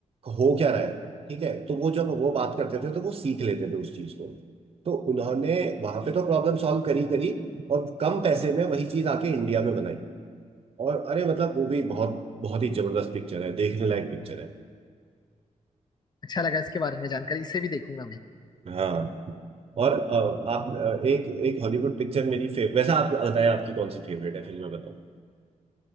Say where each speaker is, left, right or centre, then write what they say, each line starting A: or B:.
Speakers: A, on the right; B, on the left.
A: हो क्या रहा है ठीक है तो वो जब वो बात करते थे तो वो सीख लेते थे उस चीज को तो उन्होंने वहां पे तो प्रॉब्लम सॉल्व करी करी और कम पैसे में वही चीज आके इंडिया में बनाई और अरे मतलब वो भी बहुत बहुत ही जबरदस्त पिक्चर है देखने लायक पिक्चर है
B: अच्छा लगा इसके बारे में जानकारी इसे भी देखूंगा मैं
A: हाँ और अ, आप अ, एक एक हॉलीवुड पिक्चर मेरी फेव वैसा आप बताएं आपकी कौन सी फेवरेट है फिर मैं बताऊं